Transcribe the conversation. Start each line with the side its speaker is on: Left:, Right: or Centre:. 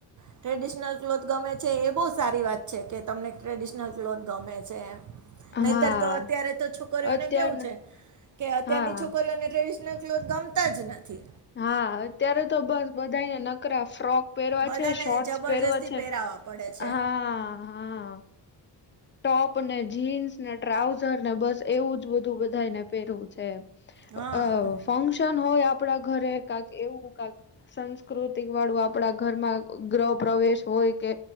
Right: ટ્રેડિશનલ ક્લોથ ગમે છે, એ બહુ સારી વાત છે કે તમને ટ્રેડિશનલ ક્લોથ ગમે છે એમ.
Left: હા,
Right: નહીંતર તો અત્યારે તો છોકરીઓને
Left: અત્યારના
Right: કેવું છે કે અત્યારની
Left: હા,
Right: છોકરીઓને ટ્રેડિશ એટલે જો ગમતા જ નથી.
Left: હા અત્યારે તો બન બધાયને નકરા ફ્રોક પહેરવા
Right: બધાને
Left: છે, શોર્ટસ
Right: જબરજસ્તી
Left: પહેરવા છે,
Right: પહેરાવા પડે છે
Left: હા, હા. ટોપ ને જીન્સ ને ટ્રાઉઝર ને બસ એવું જ બધું બધાયને પહેરવું છે એમ.
Right: હા
Left: અહ ફંક્શન ન હોય આપણા ઘરે કાક એવું કાક સંસ્કૃતિક વાળું આપડા ઘરમાં ગ ગ્રહપ્ર પ્રવેશ હોય કે